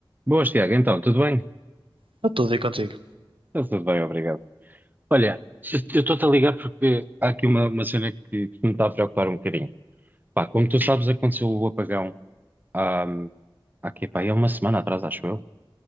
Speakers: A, on the right; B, on the right.
A: Boas, Tiago. Então, tudo bem?
B: Está tudo aí contigo.
A: Está tudo bem, obrigado. Olha, eu estou-te a ligar porque há aqui uma, uma cena que, que me está a preocupar um bocadinho. Pá, como tu sabes, aconteceu o apagão há, há aqui, pá, é uma semana atrás, acho eu.